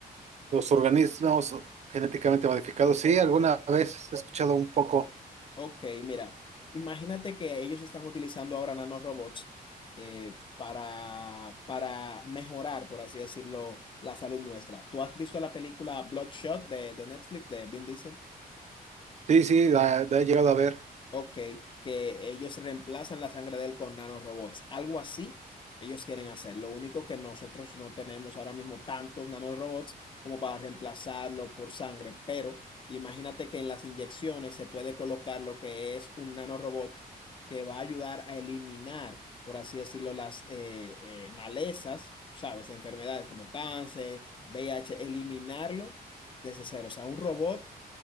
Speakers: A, on the right (about 45°); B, on the left (about 30°).
A: Los organismos genéticamente modificados, sí, alguna vez he escuchado un poco.
B: Ok, mira, imagínate que ellos están utilizando ahora nanorobots eh, para, para mejorar, por así decirlo, la salud nuestra. ¿Tú has visto la película Bloodshot de, de Netflix de Vin Diesel?
A: Sí, sí, la, la he llegado a ver.
B: Ok, que ellos reemplazan la sangre de él con nanorobots. Algo así ellos quieren hacer. Lo único que nosotros no tenemos ahora mismo tantos nanorobots como para reemplazarlo por sangre. Pero imagínate que en las inyecciones se puede colocar lo que es un nanorobot que va a ayudar a eliminar, por así decirlo, las eh, eh, malezas, ¿sabes? Enfermedades como cáncer, VIH, eliminarlo desde cero. O sea, un robot